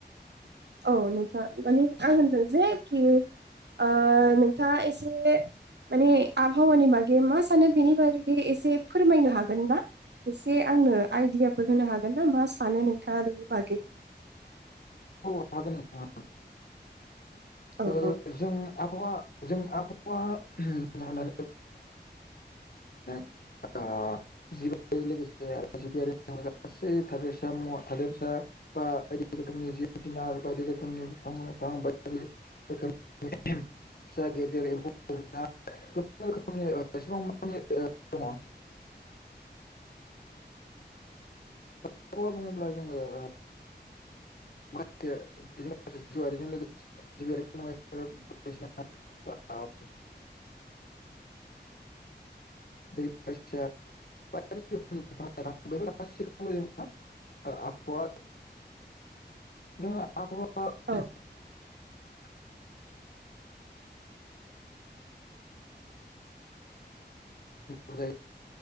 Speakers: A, on the right; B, on the left.
A: औ नोंथा माने आं होनदो जे खि ओ नोंथाङा एसे। माने आबहावानि बागै मा सानो बेनि बारै बे एसे फोरमायनो हागोनना। एसे आंनो आइडियाफोर होनो हागोन ना मा सानो नोंथाङा बेनि बागै।
B: औ हागोन नोंथां
A: औ
B: ओ
A: अ।
B: जों आबहावा जों आबहावा होननानै <unintelligible> <unintelligible> <unintelligible> गसे थदस म थादस <unintelligible> बा बायदि रोखोमनि जिब जुनार बायदि रोखोमनि बिफां लाइफां बायोमनि <unintelligible> <unintelligible> फिसा गेदेर एमफ <unintelligible> <unintelligible> गोबां रोखोमनिसेबां मनि दङ <unintelligible> माखौ बुङोब्ला जोङो ओ। <unintelligible> बि <unintelligible> दै <unintelligible> आबह <unintelligible> जों आब'
A: औ
B: <unintelligible> ग <unintelligible> <unintelligible> माने